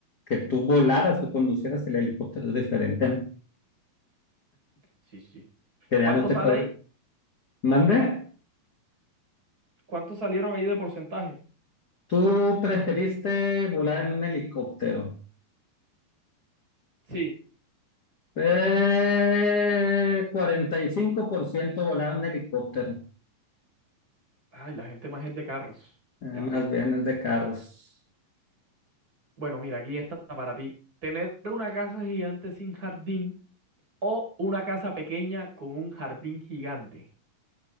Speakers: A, on the left (about 35°); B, on the right (about 25°).
A: que tú volaras o conducieras el helicóptero es diferente, ¿no?
B: Sí, sí.
A: que ya
B: ¿Cuánto
A: no te
B: sale
A: puede.
B: ahí?
A: ¿Mande?
B: ¿Cuántos salieron ahí de porcentaje?
A: Tú preferiste volar en un helicóptero.
B: Sí.
A: Eh, cuarenta y cinco por ciento volar en helicóptero.
B: Ay, la gente más es de carros.
A: eh,
B: Ya
A: más
B: veo.
A: bien es de carros.
B: Bueno, mira, aquí está para ti. Tener una casa gigante sin jardín o una casa pequeña con un jardín gigante.